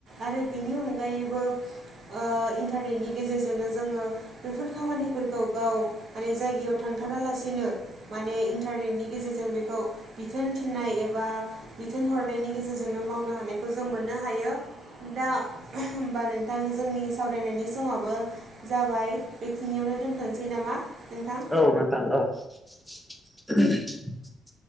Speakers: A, on the right; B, in the centre.
A: आरो बेनि अनगायैबो ओ इन्टारनेटनि गेजेरजोंनो जोङो बेफोर खामानिफोरखौ गाव माने जायगायाव थांथारालासेनो माने इन्टारनेटनि गेजेरजों बेखौ बिथोन थिननाय एबा बिथोन हर नायनि गेजेरजोंनो मावनो हानाय खौ जों मोननो हायो दा होमबा नोंथां जोंनि सावरायनायनि समाबो जाबाय बेखिनियावनो दोनथनोसै नामा नोंथां?
B: औ नोंथां औ <unintelligible>